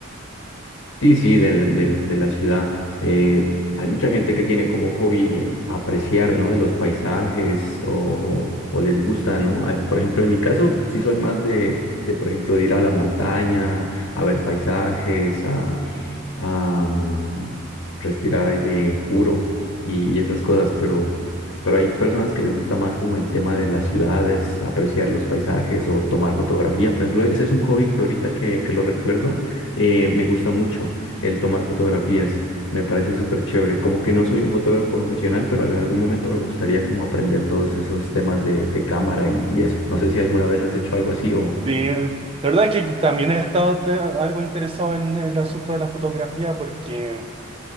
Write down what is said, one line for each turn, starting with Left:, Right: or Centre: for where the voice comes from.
Left: Sí, sí, del- del- de la ciudad. Eh, hay mucha gente que tiene como hobby eh, apreciar, ¿no? Los paisajes o, o- o les gusta, ¿no? Ah, Por ejemplo, en mi caso, sí soy más de, de, por ejemplo, de ir a la montaña, a ver paisajes, a mm, respirar aire puro y, y esas cosas, pero, pero hay personas que les gusta más como el tema de las ciudades, apreciar los paisajes o tomar fotografía. Por ejemplo, ese es un hobby que ahorita que, que lo recuerdo, eh, me gusta mucho el tomar fotografías, me parece súper chévere. Como que no soy un fotógrafo profesional, pero en algún momento me gustaría como aprender todos esos temas de, de cámara y, y eso. No sé si alguna vez has hecho algo así o...
Right: Sí, la verdad es que también he estado te- algo interesado en el asunto de la fotografía porque